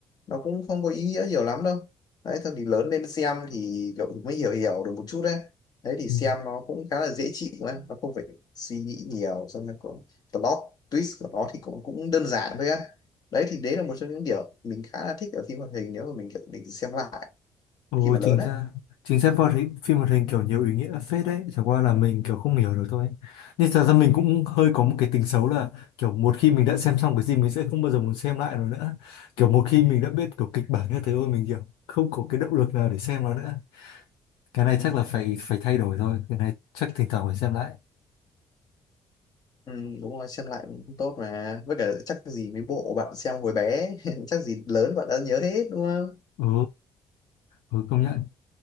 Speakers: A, on the left (about 50°); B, on the left (about 75°).
A: nó cũng không có ý nghĩa nhiều lắm đâu đấy thôi thì lớn lên xem thì cậu mới hiểu hiểu được một chút đấy đấy thì xem
B: Ừ.
A: nó cũng khá là dễ chịu ấy nó không phải suy nghĩ nhiều xong rồi còn plot twist của nó thì cũng cũng đơn giản thôi á đấy thì đấy là một trong những điều mình khá là thích ở phim hoạt hình nếu mà mình kiểu mình xem lại
B: Ồ
A: khi mà lớn
B: chính
A: á
B: ra chính ra phim hoạt hình phim hoạt hình kiểu nhiều ý nghĩa phết đấy chẳng qua là mình kiểu không hiểu được thôi nhưng thật ra mình cũng hơi có một cái tính xấu là kiểu một khi mình đã xem xong cái gì mình sẽ không bao giờ muốn xem lại rồi nữa kiểu một khi mình đã biết kiểu kịch bản như thế rồi mình kiểu không có cái động lực nào để xem nó nữa cái này chắc là phải phải thay đổi thôi cái này chắc thỉnh thoảng phải xem lại
A: ừ, đúng rồi xem lại cũng tốt mà với cả chắc gì mấy bộ bạn xem hồi bé <laughs> chắc gì lớn bạn đã nhớ hết đúng không
B: ừ ừ công nhận